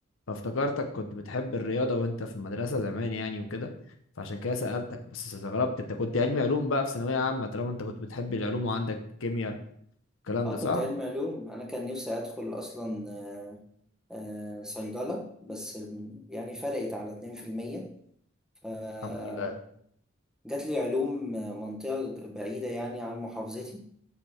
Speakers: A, on the left; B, in the centre.
A: فافتكرتك كنت بتحب الرياضة وانت في المدرسة زمان يعني وكده فعشان كده سألتك بس استغربت انت كنت علمي علوم بقى في ثانوية عامة طالما انت كنت بتحب العلوم وعندك كيمياء الكلام
B: اه
A: ده صح؟
B: كنت علمي علوم انا كان نفسي ادخل اصلا آه، آه، صيدلة بس م- يعني فرقت على 2% فجات
A: الحمد لله
B: لي علوم آه، منطقة بعيدة يعني عن محافظتي